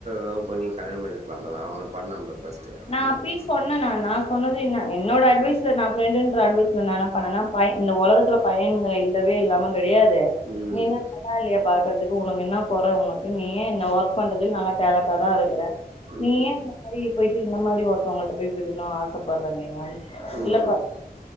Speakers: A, on the right; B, on the left.
A: லவ் பண்ணி கல்யாண பண்ணி இருக்கலாம் அந்த அவன் பண்ணா பாரு ஃபர்ஸ்ட் அவனையு
B: நான் அப்பியு சொன்னே நானா சொன்னது என்ன என்னோட அட்வைஸ்ல நான் ப்ரெண்டுன்ற அட்வைஸ்ல நான் என்ன பண்ணேன்னா ப இந்த ஒலகத்துல பையனங்க இல்லவே இல்லாம கெடையாது
A: ம்
B: நீ என்னா நல்லா இல்லையா பாக்கறதுக்கு உனக்கு என்ன கொற உனக்கு நீயே என்ன ஒர்க் பண்றதுக்கு நல்லா டேலண்ட்டாதா இருக்கற
A: ம்
B: நீ ஏன் இந்த மாரி போயிட்டு இந்த மாரி ஒருத்தவங்கள்ட்ட போய் விடணும் ஆசைப்படறாங்க எங்க அண்
A: ம் ம்
B: இல்லப்பா